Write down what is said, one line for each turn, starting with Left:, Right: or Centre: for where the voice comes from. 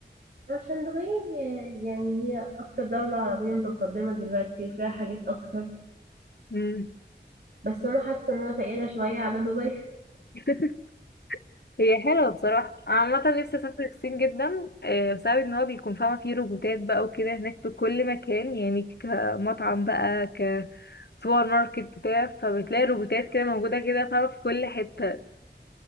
Right: عشان دبي يعني هي اكتر دولة عربية متقدمة دلوقتي وفيها حاجات اكتر
Left: مم.
Right: بس انا حاسة ان انا فقيرة شوية على دبي
Left: <laughs> هي حلوة بصراحة أنا عامة نفسي اسافر الصين جدا آه، بسبب ان هو بيكون فاهمة فيه روبوتات بقى وكده هناك في كل مكان يعني كمطعم بقى كسوبر ماركت بتاع فبتلاقي روبوتات كده موجودة كده فاهمة في كل حتة